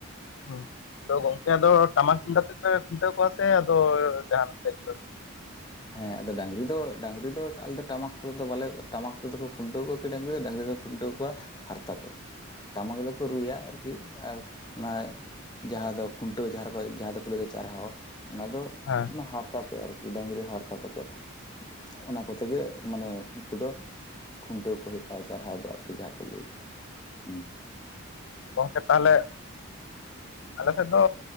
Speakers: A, on the left; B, on the left.
A: ᱦᱩᱸ ᱛᱚ ᱜᱚᱝᱠᱮ ᱟᱫᱚ ᱴᱟᱢᱟᱠ ᱛᱩᱢᱫᱟᱜ ᱟᱛᱮᱯᱮ ᱠᱦᱩᱱᱴᱟᱹᱣ ᱠᱚᱣᱟ ᱥᱮ ᱟᱫᱚ ᱡᱟᱦᱟᱱᱟᱜ ᱛᱮᱜᱮ ᱯᱮ
B: ᱦᱮᱸ ᱟᱫᱚ ᱰᱟᱝᱨᱤ ᱫᱚ ᱰᱟᱝᱨᱤ ᱫᱚ ᱟᱞᱮ ᱴᱟᱢᱟᱠ ᱠᱚᱛᱮ ᱫᱚ ᱵᱟᱞᱮ ᱴᱟᱢᱟᱠ ᱠᱚᱛᱮ ᱫᱚ ᱠᱷᱩᱱᱴᱟᱹᱣ ᱠᱚᱣᱟ ᱠᱤ ᱰᱟᱝᱨᱤ ᱫᱚ ᱰᱟᱝᱨᱤ᱾ ᱠᱷᱩᱱᱴᱟᱹᱣ ᱠᱚᱣᱟ ᱦᱟᱨᱛᱟᱛᱮ ᱴᱟᱢᱟᱠ ᱫᱚᱠᱚ ᱨᱩᱭᱟ ᱟᱨᱠᱤ ᱟᱨ ᱚᱱᱟ ᱡᱟᱦᱟᱸ ᱫᱚ ᱠᱷᱩᱱᱴᱟᱹᱣ ᱡᱟᱦᱟᱸ ᱫᱚᱠᱚ ᱞᱟᱹᱭᱫᱟ ᱪᱟᱨᱦᱟᱣ ᱚᱱᱟ ᱫᱚ
A: ᱦᱮᱸ
B: ᱚᱱᱟ ᱦᱟᱨᱛᱟ ᱛᱮ ᱟᱨᱠᱤ ᱰᱟᱝᱨᱤ᱾ ᱦᱟᱨᱛᱟ ᱠᱚᱛᱮ ᱚᱱᱟ ᱠᱚᱛᱮ ᱜᱮ ᱢᱟᱱᱮ ᱩᱝᱠᱩ ᱫᱚ ᱠᱦᱩᱱᱴᱟᱹᱣ ᱠᱚ ᱦᱩᱭᱩᱜᱼᱟ ᱪᱟᱨᱦᱟᱣ ᱫᱚ ᱟᱨᱠᱤ ᱡᱟᱦᱟ ᱠᱚ ᱞᱟᱹᱭᱫᱟ ᱠᱟᱛᱦᱟ᱾ ᱦᱩᱹ
A: ᱜᱚᱝᱠᱮ ᱛᱟᱦᱞᱮ
B: <unintelligible>
A: ᱟᱞᱮ ᱥᱮᱫ ᱫᱚ